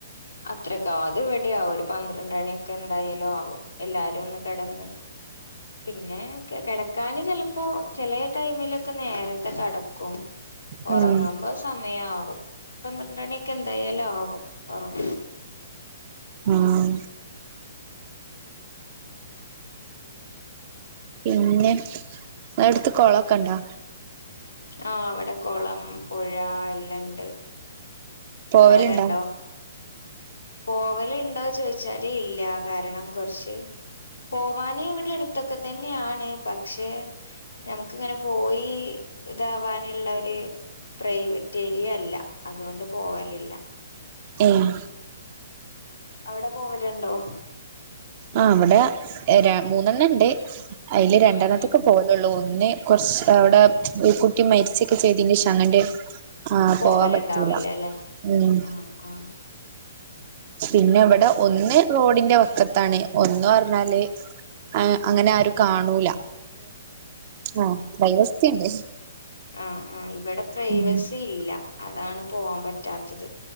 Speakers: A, on the left; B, on the right.
A: അത്രയൊക്കെ ആവും അത് ഇവിടെയാവും ഒരു പന്ത്രണ്ടണിയൊക്കെ എന്തായാലും ആവും. എല്ലാരും ഒന്ന് കെടന്ന് പിന്നെ കെടക്കാന് ചെലപ്പോ ചെല ടൈമിലൊക്കെ നേരത്തെ കെടക്കും. ഒറങ്ങുമ്പോ
B: ഉം
A: സമയം ആവും പന്ത്രണ്ടണിയൊക്കെ എന്തായാലും ആവും ഒറങ്ങുമ്പം
B: ആഹ് പിന്നെ അടുത്ത് കൊളൊക്കെ ഒണ്ടോ
A: ആഹ് ഇവിടെ കൊളം പുഴ എല്ലാ ഇണ്ട്.
B: പോവലുണ്ടോ
A: അവിടെ ഇണ്ടോ പോവല്ണ്ടോ ചോദിച്ചാല് ഇല്ല കാരണം കൊർച്ച് പോവാന് ഇവിടെ അടുത്തൊക്കെ തന്നെയാണ് പക്ഷേ ഞമുക്ക് ഇങ്ങനെ പോയി ഇതാവാനുള്ളൊര് പ്രൈവറ്റ് ഏരിയല്ല അതോണ്ട് പോവലില്ല.
B: ഏഹ്
A: അവിടെ പോകല്ണ്ടോ?
B: ആഹ് ഇവടെ മൂന്നെണ്ണംണ്ട് അയ്ല് രണ്ടെണ്ണത്ത്ക്ക്
A: ഉം ഉം
B: പോ ന്നൊള്ളൂ ഒന്ന്കൊർച്ച് അവ്ടെ ഒര്കുട്ടി മരിച്ചൊക്കെചെയ്തിന്റെശംഅങ്ങട് ആഹ്
A: പോവലുണ്ടാവില്ല
B: പോവാൻപറ്റൂല
A: അല്ലെ
B: ഉം
A: ആഹ് ആഹ്
B: പിന്നെഇവടെ ഒന്ന്റോഡിന്റെ വക്കത്താണ്. ഒന്ന്പറഞ്ഞാല് ഏഅങ്ങനെ ആരും കാണൂലഒരു ആഹ് ഒരുപ്രൈവസിയുണ്ട്.
A: ആഹ് ആഹ് ഇവടെ പ്രൈവസില്ല
B: ഉം
A: അതാണ് പോവാൻപറ്റാത്തത്.